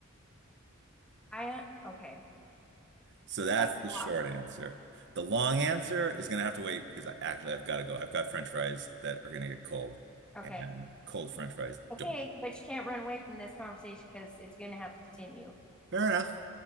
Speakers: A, in the centre; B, on the right (about 60°).
A: I uh, okay,
B: So that's
A: that's a
B: the
A: lot.
B: short answer. The long answer is gonna have to wait because I actually I've got to go. I've got French fries that are gonna get cold,
A: Okay.
B: and cold French fries
A: Okay,
B: don't.
A: but you can't run away from this conversation because it's gonna have to continue.
B: Fair enough.